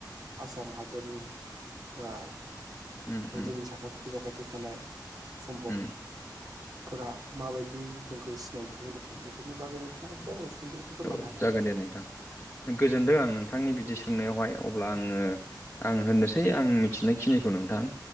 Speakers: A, on the right (about 55°); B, on the left (about 20°).
A: आसाम हादरनि बा
B: उम उम
A: जोंनि साखाथि बाखाथि थानाय सम्पद
B: उम
A: फोर माबायदि जोंखौ सिनायथि होदों बेफोरनि बागै नोंथाङा एसे सुंद'यै आंनो फोरमायनो
B: औ
A: हागोन
B: जागोन
A: ना?
B: दे नोंथां गोजोनदों आं नोंथां नोंथांनि बिदि सोंनायावहाय अब्ला आङो आं होननोसै आं मिथिनायखिनिखौ नोंथां